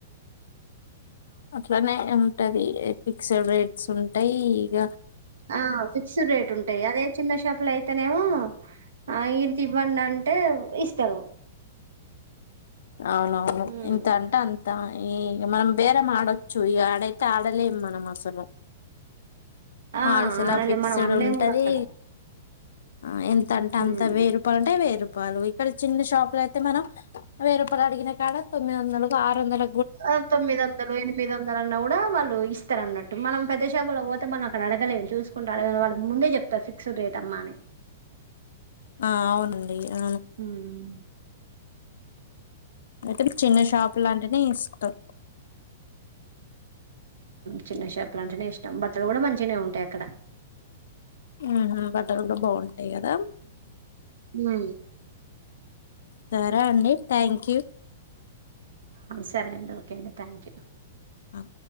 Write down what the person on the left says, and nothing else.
అట్లానే ఉది ఫిక్స్డ్ రేట్స్ ఉంటాయి ఇక
అవునవును
ఇంత అంటే అంత ఏ మనం బేరేం ఆడొచ్చు ఇక ఆడైతే ఆడలేం మనం అసలు
మాల్స్ అలా
ఫిక్స్డ్
ఉంటది
ఆ ఎంత అంట
అంతే రూపాయ అంటే వేరు ప్పళ ఇక్కడ చిన్న షాపులు అయితే మనం వెయ్యి రూపాయలుడిగిన కాడ తొమ్మిది వందలలకు ఆరు వందల
ఆ అవునండి అ
అయితే చిన్న షాపు లాంటినే ఇస్తం
ఆ బట్టాలు కూడా బాగుంటాయి కదా
సరే అండి థ్యాంక్ యూ
అ